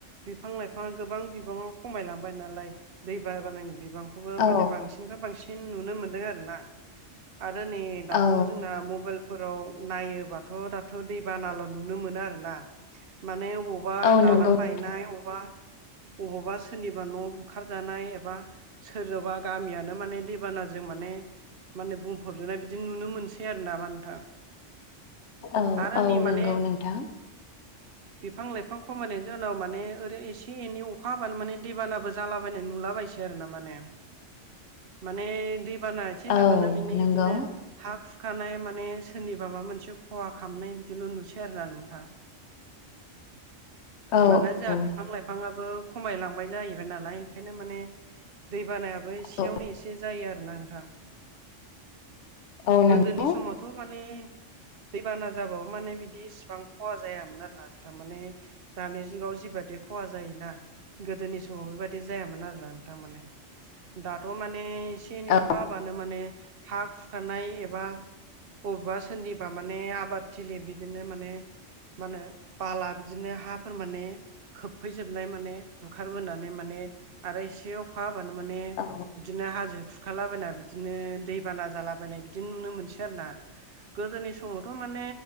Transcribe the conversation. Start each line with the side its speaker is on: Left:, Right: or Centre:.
Right: बिफां लाइफां बिफाङा गोबां बिबांङाव खमायलांबाय नालाय दै ब बानायनि बिबांखौबो
Left: औ
Right: माने बांसिननिफ्राय बांसिन बां नुनो मोनदों आरोना आरो नै दाथ'
Left: औ
Right: जोंना मबेल फोराव नायोबाथ' दाथ' दै बानाल' नुनो मोनो आरोोना माने अबा बबावबा
Left: औ
Right: दालां
Left: नंगौ
Right: बायनाय
Left: नोंथां
Right: अबावबा अबावबा सोरनिबा न' बुखारजानाय एबा सोरजोंबा गामियानो माने दैबानाजों माने माने बुंफबजोबनाय बिदि नुनो मोनसै आरो नामा नोंथां?
Left: औ
Right: आरो
Left: औ
Right: नै माने
Left: नंगौ नोंथां
Right: बिफां लाइफां खमायनायनि जनाव माने ओरै एसे एसे एनै अखा हाबानो माने दैबानाबो जालाबायनाय नुलाबायसै आरो ना माने माने दैबाना एसे जाबानो
Left: औ
Right: बिनि
Left: नंगौ
Right: बिदिनो हा खुरखानाय माने सोरनिबा माबा मोनसे खहा खालामामनाय बिदिल' नुसै आरो ना नोंथां।
Left: औ
Right: माना जोंहा
Left: औ
Right: बिफां लाइ बिफांाबबो खमाय लांबाय जाहैबाय नालाय बेखायनो मान दै बाना ओमफ्राय सियावनो
Left: औ
Right: एसे जायो आरो ना नोंथां।
Left: औ नंगौ
Right: गोदोनि समावथ' माने दै बाना जाबाबो माने बिदि इसिबां खहा जायामोन आरो नोंथां माने दानि जुगाव जि बादि खहा जायोना गोदोनि समाव बेबायदि जायामोन आरोना नोंथां माने। दाथ' माने एसे एनै
Left: औ
Right: अखा हाबानो माने हा खुरखानाय एबा बबेबा सोरनिबा माने आबादथिलि बिदिनो माने मा होनो बाला बिदिनो हाफोर माने फैजोबनाय माने बुखारबोनानै माने आरो एसे अखा हाबानो माने
Left: औ
Right: बिदिनो हाजो खुरखालाबायना बिदिनो दै बाना जालाबायनाय बिदि नुनो मोनसै आरो ना। गोदोनि समावथ' माने